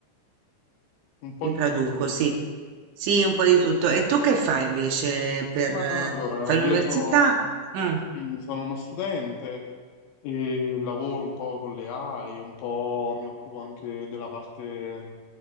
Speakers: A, on the left; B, on the right.
A: un po'
B: Li
A: di
B: traduco,
A: tutto.
B: sì. Sì, un po' di tutto. E tu che fai invece per...
A: Ma
B: eh,
A: allora,
B: fai
A: io
B: l'università?
A: sono,
B: Mm,
A: sì, sono uno studente e lavoro un po' con le AI, un po' mi occupo anche della parte